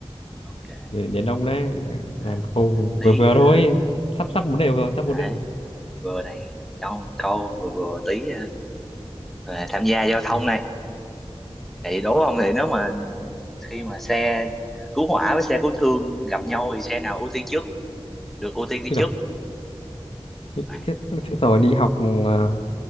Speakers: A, in the centre; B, on the left.
A: ok
B: để đến ông đấy ờ,
A: làm
B: làm câu
A: tí
B: vừa vừa
A: ha.
B: thôi sắp sắp bốn đều rồi sắp
A: à,
B: bốn đều rồi.
A: vừa này trong câu vừa vừa tí à, về tham gia giao thông
B: ừ.
A: này thì đố không thì nếu mà khi mà xe cứu hỏa với xe cứu thương gặp nhau thì xe nào ưu tiên trước được ưu tiên đi
B: Úi
A: trước
B: giời, chết,
A: À,
B: chết, chết rồi đi học ờ,